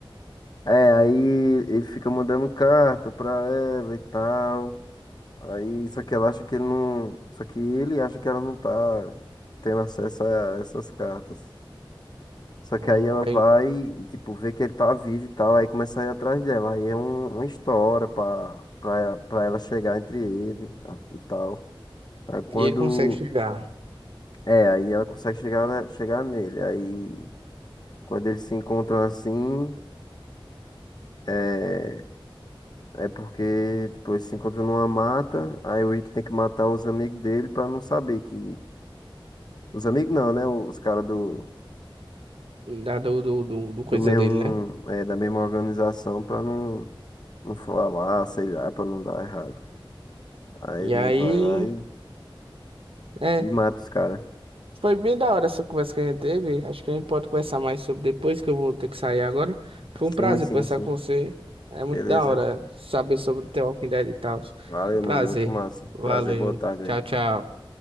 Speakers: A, on the left (about 50°); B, on the right (about 80°).
A: É, aí ele fica mandando carta pra ela e tal. Aí, só que ela acha que ele não. Só que ele acha que ela não tá tendo acesso a essas cartas. Só
B: Hum,
A: que aí ela
B: aí-
A: vai, e, tipo, vê que ele tá vivo e tal, aí começa a ir atrás dela. Aí é um, uma história pra, pra, pra ela chegar entre ele a- e tal. Aí quando.
B: e ele consegue chegar.
A: É, aí ela consegue chegar, na- chegar nele. Aí quando eles se encontram assim, é, é porque, tipo, eles se encontram numa mata. Aí o Rick tem que matar os amigos dele pra não saber que. Os amigos não, né? Os caras do,
B: Da, do, do, do, do coisa
A: do mesmo,
B: dele, né?
A: é, da mesma organização pra não. não falar, sei lá, pra não dar errado. Aí
B: E
A: ele
B: aí.
A: vai lá e,
B: É.
A: e mata os caras.
B: Foi bem da hora essa conversa que a gente teve. Acho que a gente pode conversar mais sobre depois, que eu vou ter que sair agora. Foi um prazer
A: Sim, sim,
B: conversar
A: sim.
B: com você. É muito
A: Beleza.
B: da hora saber sobre o The Walking Dead e tal.
A: Valeu,
B: Um prazer.
A: mano. Muito massa.
B: Valeu.
A: Prazer, boa tarde
B: Tchau,
A: aí.
B: tchau.